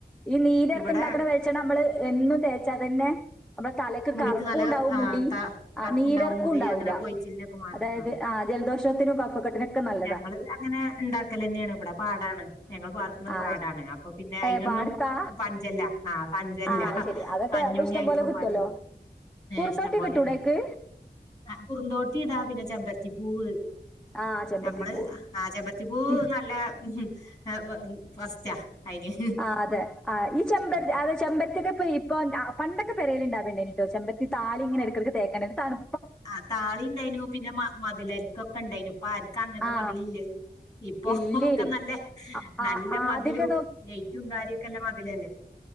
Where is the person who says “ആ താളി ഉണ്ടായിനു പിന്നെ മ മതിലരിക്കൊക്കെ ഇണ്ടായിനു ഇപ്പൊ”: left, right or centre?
Left